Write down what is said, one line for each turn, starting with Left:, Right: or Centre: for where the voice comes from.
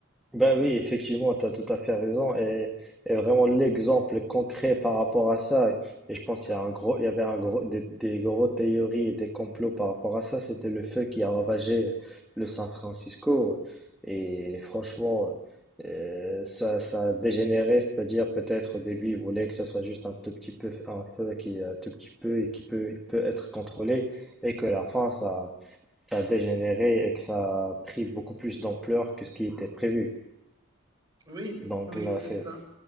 Centre: Ben oui, effectivement, tu as tout à fait raison. Et, et vraiment l'exemple concret par rapport à ça, et je pense qu'il y a un gros, il y avait un gros, des, des gros théories et des complots par rapport à ça, c'était le feu qui a ravagé le San Francisco. Et franchement, euh, ça, ça a dégénéré, c'est-à-dire peut-être au début, ils voulaient que ça soit juste un tout petit peu, un feu qui est un tout petit peu et qui peut, peut être contrôlé, et que la fin, ça, ça a dégénéré et que ça a pris beaucoup plus d'ampleur que ce qui était prévu.
Right: Oui,
Centre: Donc
Right: oui,
Centre: là,
Right: c'est
Centre: c'est
Right: ça.